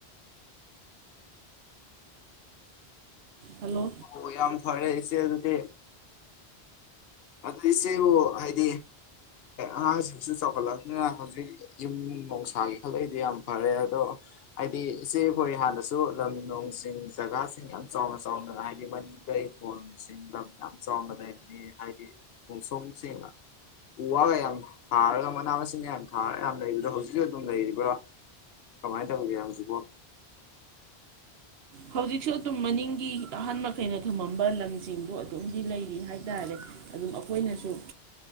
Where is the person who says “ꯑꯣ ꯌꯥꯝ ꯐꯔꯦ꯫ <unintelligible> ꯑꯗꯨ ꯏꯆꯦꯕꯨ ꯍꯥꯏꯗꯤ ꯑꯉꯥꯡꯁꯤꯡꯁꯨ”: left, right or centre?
Left